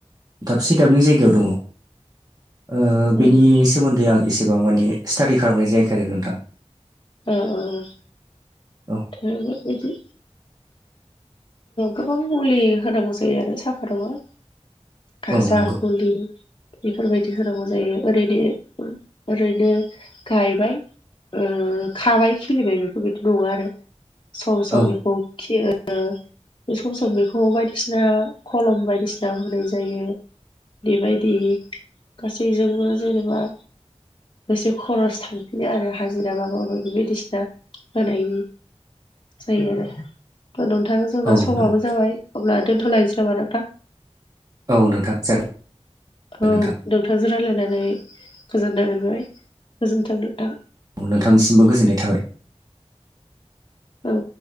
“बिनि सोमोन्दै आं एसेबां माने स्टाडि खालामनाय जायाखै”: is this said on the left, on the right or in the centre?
Right